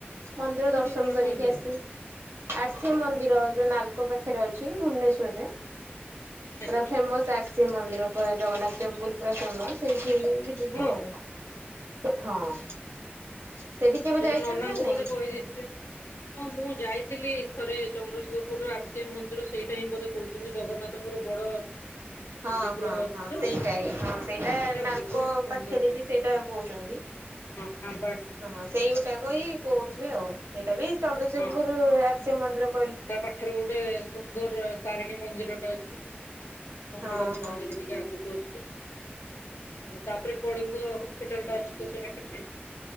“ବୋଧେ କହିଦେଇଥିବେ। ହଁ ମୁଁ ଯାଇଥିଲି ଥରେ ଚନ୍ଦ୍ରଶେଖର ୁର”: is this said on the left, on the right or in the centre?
Left